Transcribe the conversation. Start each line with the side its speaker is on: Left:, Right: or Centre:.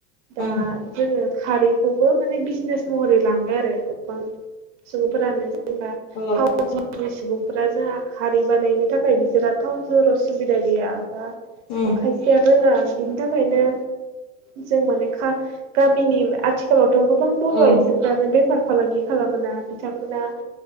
Right: दा
Left: उम
Right: जोङो खारैखौबो माने बिजनेस महरै लांबाय आरो गोबां सुबुंफोरानो जेनबा
Left: औ
Right: फांथाम फांब्रैसो जोंहा खारै बानायनो थाखायबो बिसोरा टाउन सहराव सुबिदा गैया बा
Left: उम
Right: खायसे फखाया रोङा बिनि थाखायनो जों माने गामिनि आथि ओनसोलावथ' गोबां बर'
Left: उम
Right: आइजोफ्रानो बेफार फालांगि खालामना बिथांमोना